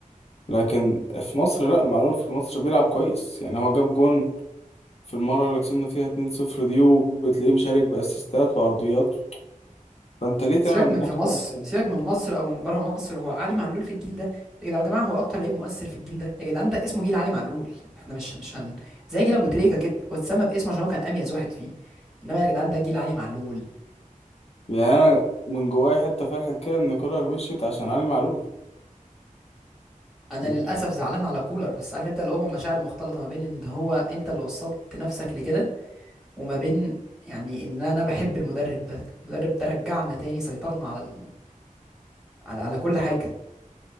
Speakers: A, on the left; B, in the centre.
A: لكن في مصر لا معلول في مصر بيلعب كويس يعني هو جاب جون في المرة اللي كسبنا فيها 2-0 دي وبتلاقيه مشارك بأسيستات وعرضيات فأنت ليه تعمل
B: سيبك من
A: معاه
B: في مصر
A: كده أصلا؟
B: سيبك من مصر او من بره مصر هو علي معلول في الجيل ده يا جدعان يا جماعه هو اكتر لعيب مؤثر في الجيل ده يا جدعان ده اسمه جيل علي معلول احنا مش مش هن زي جيل ابو تريكه كده هو اتسمى باسمه عشان هو كان اميز واحد فيه انما يا جدعان ده جيل علي معلول
A: يعني أنا من جوايا حتة فرحة كده إن كولر مشيت عشان علي معلول
B: انا
A: <laughs>
B: للاسف زعلان على كولر بس عارف انت اللي هو مشاعر مختلطه ما بين ان هو انت اللي وصلت نفسك لكده وما بين يعني ان انا بحب المدرب ده المدرب ده رجعنا تاني سيطرنا على ال... على على كل حاجه